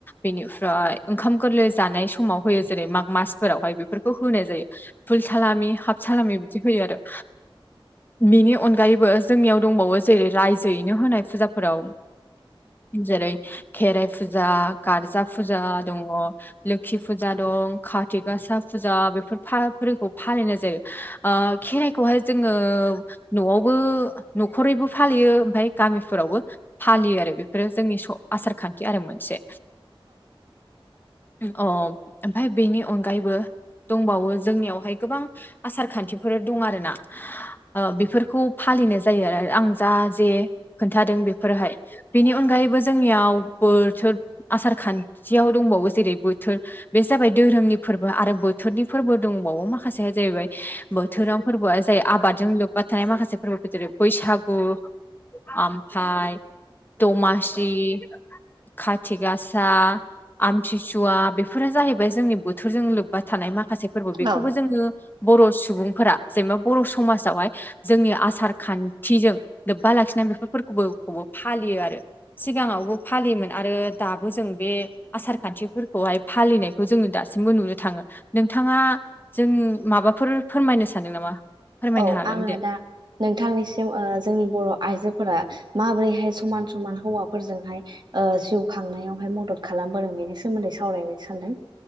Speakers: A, on the left; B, on the right.
A: बेनिफ्राय ओंखाम गोरलै जानाय समाव होयो जेरै माग मासफोरावहाय बेफोरखौ होनाय जायो फुल सालामि हाफ सालामि बिदि होयो आरो‌ बिनि अनगायैबो जोंनियाव दंबावो जेरै रायजोयैनो होनाय फुजाफोराव जेरै खेराइ फुजा गारजा फुजा दंङ। लोखि फुजा दं कार्ति गासा फुजा बेफोर फा फोरखौ फालिनाय जायो। ओ खेराइखौहाय जोंङो न'आवबो न'खरैबो फालियो ओमफाय गामि फोरावबो फालियो आरो बेफोरो स जोंनि आसार खान्थि आरो मोनसे। अ ओमफाय बेनि अनगायैबो दंबावो जोंनियावहाय गोबां आसार खान्थिफोर दं आरोना। ओ बेफोरखौ फालिनाय जायो आरो आं जा जे खोन्थादों बेफोरहाय बेनि अनगायैबो जोंनियाव बोथोर आसार खान्थियाव दंबावो जेरै बोथोर। बे जाबाय दोहोरोमनि फोरबो आरो बोथोरनि फोरबो दंबावो। माखासेया जाहैबाय बोथोराव फोरबोआ जायो आबादजों लोब्बा थानाय माखासे फोरफोर जेरै बैसागु ओमफाय दमासि खाथि गासा आमथिसुवा बेफोरा जाहैबाय जोंनि बोथोरजों लोब्बा थानाय माखासे फोरबो बेखौबो
B: औ
A: जोंङो। बर' सुबुंफोरा जेनेबा बर' समाजावहाय जोंनि आसार खान्थिजों लोब्बा लाखि ना बेफोरखौबोखौबो फालियो आरो सिगाङावबो फालियोमोन आरो दाबो जों बे आसार खान्थिफोरखौहाय फालिनायखौ जोङो दासिमबो नुनो थांङो नोंथांङा जों माबाफोर फोरमायनो सानदों नामा? फोरमायनो
B: औ
A: हागोन
B: आंङो
A: दे
B: दा नोंथांनिसिम ओ जोंनि बर' आइजोफोरा माबोरैहाय समान समान हौवाफोरजोंहाय ओ जिउ खांनायावहाय मदद खालामबोदों बेनि सोमोन्दै सावरायनो सानदों।